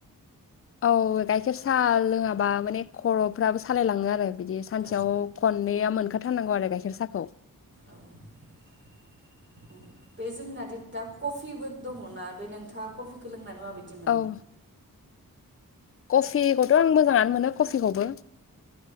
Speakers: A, on the left; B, on the right.
A: औ गाइखेर साहा लोङाबा माने खर'फ्राबो सालायलाङो आरो बिदि सानसेयाव
B: औ
A: खननैआ मोनखाथारनांगौ आरो गाइखेर साखौ
B: औ बे जोंना दा कफिबो दङना बे नोंथाङा कफिखौ लोंनानै माबा बायदि मोनो
A: औ कफिखौथ' आं मोजाङानो मोनो कफिखौबो